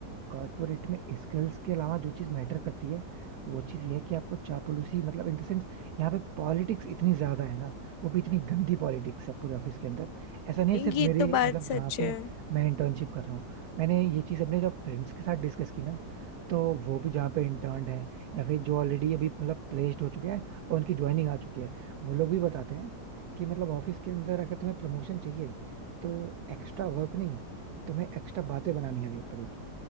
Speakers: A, on the right; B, on the left.
A: कॉर्पोरेट में स्किल्स के अलावा जो चीज मैटर करती है वो चीज ये है कि आपको चापलूसी मतलब इन द सेंस यहाँ पे पॉलिटिक्स इतनी ज्यादा है ना वो भी इतनी गंदी पॉलिटिक्स है पूरे ऑफिस के अंदर ऐसा नहीं है सिर्फ
B: ये
A: मेरे
B: तो बात
A: मतलब
B: सच
A: जहाँ पे
B: है
A: मैं इंटर्नशिप कर रहा हूँ मैंने ये चीज अपने जब फ्रेंड्स के साथ डिस्कस की ना तो वो भी जहाँ पे इंटर्न है या फिर जो ऑलरेडी अभी मतलब प्लेस्ड हो चुके हैं और उनकी ज्वाइनिंग आ चुकी है वो लोग भी बताते हैं कि मतलब ऑफिस के अंदर अगर तुम्हें प्रमोशन चाहिए तो एक्स्ट्रा वर्क नहीं तुम्हें एक्स्ट्रा बातें बनानी हमें पड़ेगी